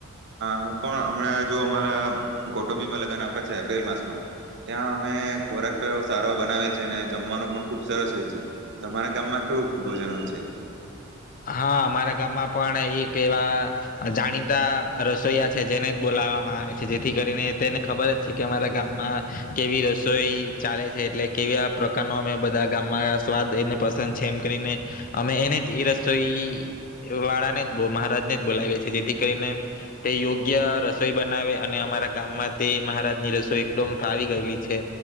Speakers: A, on the right; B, on the left.
A: હું પણ હમણા જો અમારા કુટુંબીમાં લગન. એપ્રિલ માસમાં ત્યાં અમે ખોરાક સારો બનાવી છે અને જમવાનું પણ ખુબ સરસ હોય છે તમારા ગામમાં કેવું ભોજન હોય છે.
B: હા અમારા ગામમાં પણ એક એવા જાણીતા રસોઈયા છે જેને જ બોલાવવામાં આવે છે જેથી કરીને તેને ખબર જ છે કે અમારા ગામમાં કેવી રસોઈ ચાલે છે એટલે કેવા પ્રકારનો અમે બધા ગામમાં સ્વાદ એને પસંદ છે એમ કરીને અમે એને જ. એ રસોઈ વાળા ને મહારાજ ને જ બોલાવે છે જેથી કરીને તે યોગ્ય રસોઈ બનાવે અને અમારા ગામમાં તે મહારાજ ની રસોઈ એકદમ ફાવી ગયેલી છે